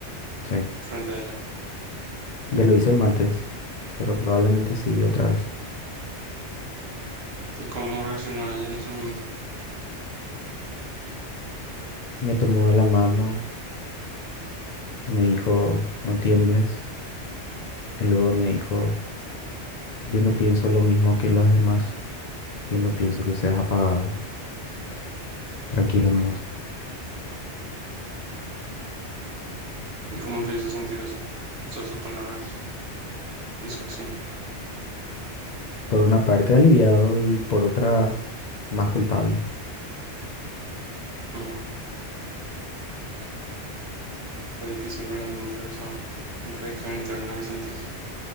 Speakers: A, on the left; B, on the right.
A: Sí.
B: frente a ella?
A: Ya lo hice el martes, pero probablemente sí otra vez.
B: ¿Y cómo reaccionó ella en ese momento?
A: Me tomó de la mano, me dijo, no tiembles, y luego me dijo, yo no pienso lo mismo que los demás, yo no pienso que seas apagado, tranquilo nomás.
B: ¿Y cómo te hizo sentir eso? O sea, sus palabras y su acción.
A: Por una parte aliviado y por otra más culpable.
B: Ujú. Está difícil realmente esa contradicción interna que sentís.